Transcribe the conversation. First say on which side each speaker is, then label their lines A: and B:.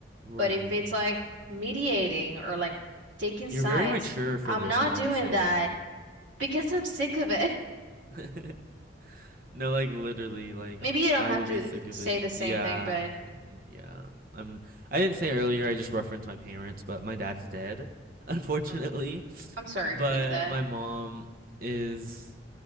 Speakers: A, on the right; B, on the right.
A: Right.
B: But if it's like mediating or like taking
A: You're
B: sides,
A: very mature for
B: I'm
A: this,
B: not
A: I want
B: doing
A: to say.
B: that. Because I'm sick of it.
A: <laughs> No, like literally,
B: <laughs>
A: like
B: Maybe you don't
A: I
B: have
A: would
B: to
A: be sick of
B: say
A: it.
B: the same
A: Yeah.
B: thing, but
A: mm, Yeah. I'm I didn't say earlier, I just referenced my parents, but my dad's dead, <laughs> unfortunately.
B: Mhm. I'm sorry
A: But
B: to hear that.
A: my mom is,